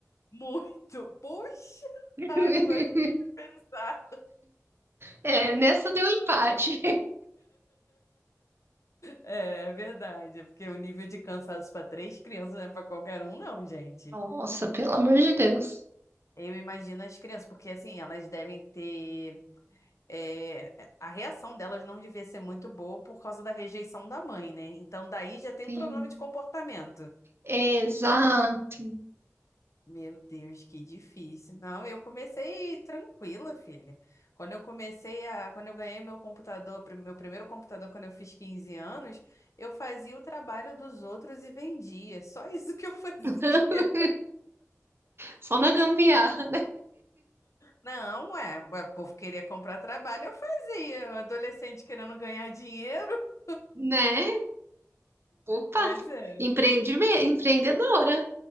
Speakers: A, on the left; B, on the right.
A: Muito. Puxa!
B: <laughs>
A: Ai, não gosto nem de pensar.
B: É, nessa deu empate.
A: É, é verdade, porque o nível de cansaço para três crianças não é para qualquer um, não, gente.
B: Nossa, pelo amor de Deus.
A: Eu imagino as crianças, porque assim, elas devem ter. é, a reação delas não devia ser muito boa por causa da rejeição da mãe, né? Então, daí já tem
B: Sim.
A: um problema de comportamento.
B: Exato.
A: Meu Deus, que difícil. Não, eu comecei tranquila, filha. Quando eu comecei a, quando eu ganhei meu computador, prim- meu primeiro computador quando eu fiz 15 anos, eu fazia o trabalho dos outros e vendia. Só <laughs> isso que eu <laughs> fazia.
B: <laughs> Só na gambiarra,
A: Não, é, o povo queria comprar trabalho, eu fazia. Adolescente querendo ganhar dinheiro.
B: né? Opa,
A: Pois é.
B: empreendime- empreendedora.